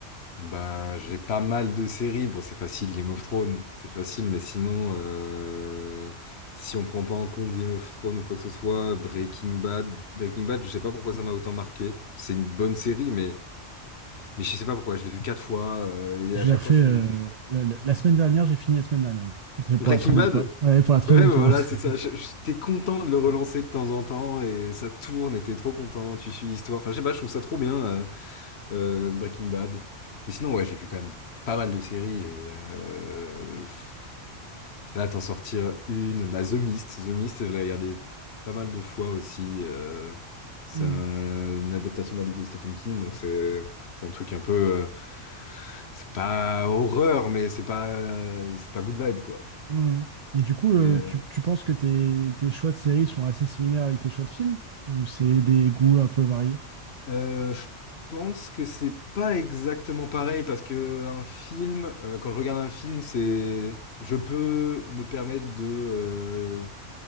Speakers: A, on the left; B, on the right.
A: Bah, j'ai pas mal de séries. Bon, c'est facile, Game of Thrones, c'est facile, mais sinon, euh, si on prend pas en compte Game of Thrones ou quoi que ce soit, Breaking Bad, Breaking Bad, je sais pas pourquoi ça m'a autant marqué. C'est une bonne série, mais, mais je sais pas pourquoi, je l'ai vu quatre fois, euh, et
B: Je
A: à chaque
B: l'ai refait
A: fois, je suis...
B: euh, la, la- la semaine dernière, j'ai fini la semaine dernière. moi. C'est
A: Breaking
B: pour la troisième
A: Bad?
B: fois. Ouais, pour la troisième
A: Ouais, bah
B: fois.
A: voilà,
B: <laughs>
A: c'est ça. Je- je- T'es content de le relancer de temps en temps et ça tourne et t'es trop content. Tu suis l'histoire. Enfin, je sais pas, je trouve ça trop bien, euh, euh, Breaking Bad. Mais sinon, ouais, j'ai vu quand même pas mal de séries et euh, pff, là, t'en sortir une. Bah, The Mist, The Mist, je l'ai regardé pas mal de fois aussi. euh, c'est
B: Mm,
A: un- une adaptation d'un livre de Stephen King, donc c'est c'est un truc un peu. euh, c'est pas horreur, mais c'est pas, c'est pas good vibe, quoi.
B: mm. Et du coup,
A: Mais.
B: euh,
A: euh,
B: tu, tu penses que tes, tes choix de séries sont assez similaires avec tes choix de films? Ou c'est des goûts un peu variés?
A: Euh, je pense que c'est pas exactement pareil parce que un film, euh, quand je regarde un film, c'est, je peux me permettre de, euh,